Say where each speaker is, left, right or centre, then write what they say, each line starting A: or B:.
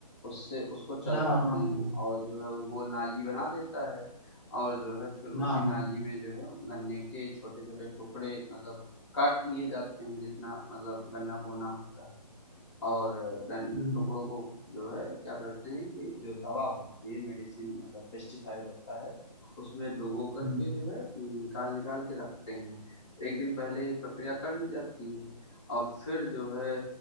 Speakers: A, on the left; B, on the left.
A: उससे उसको चलवाते
B: हाँ हाँ हाँ
A: हैं और जो है वो नाली बना देता है और जो है फिर
B: हाँ
A: उसी
B: हाँ
A: नाली में जो है गन्ने के छोटे छोटे टुकड़े मतलब काट लिए जाते हैं जितना मतलब गन्ना बोना होता है और गन-
B: हम्म,
A: टुकड़ों को जो है क्या करते हैं कि जो दवा होती है मेडिसिन मतलब पेस्टिसाइड होता है उसमें डुबो करके
B: हम्म,
A: जो है निकाल निकाल के रखते हैं एक दिन पहले ये प्रक्रिया कर ली जाती है और फिर जो है